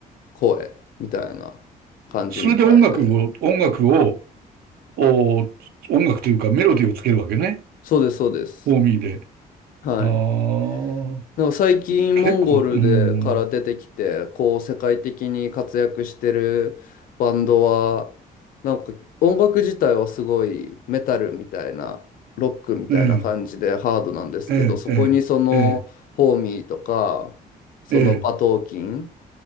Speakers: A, on the left; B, on the right.
A: 声みたいな感じみたいで。
B: それで音楽を、音楽を、お、音楽というかメロディーをつけるわけね。
A: そうです、そうです。
B: フォーミーで。
A: はい。
B: ああ、
A: なんか最近モンゴルでから出てきてこう世界的に活躍してるバンドはなんか音楽自体はすごいメタルみたいなロックみたいな感じでハードなんですけどそこにそのホーミーとかそのバトーキン
B: 結構、うん。ええ、ええ、ええ、ええ、